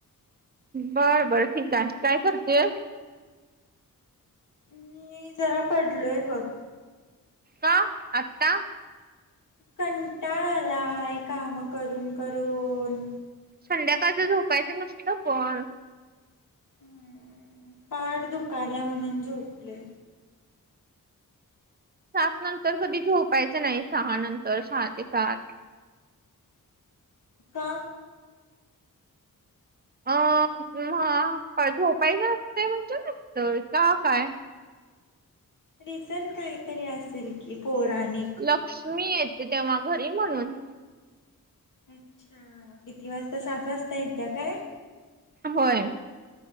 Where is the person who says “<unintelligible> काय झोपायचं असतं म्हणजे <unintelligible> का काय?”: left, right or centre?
Right